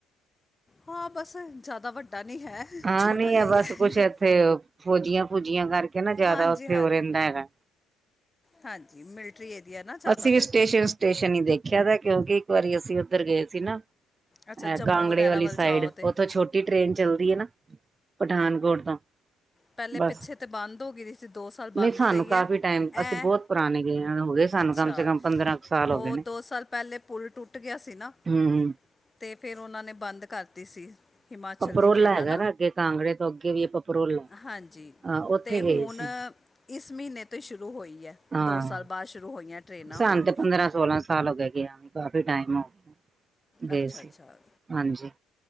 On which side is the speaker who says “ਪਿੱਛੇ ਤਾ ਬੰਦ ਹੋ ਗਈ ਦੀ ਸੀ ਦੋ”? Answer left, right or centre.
Left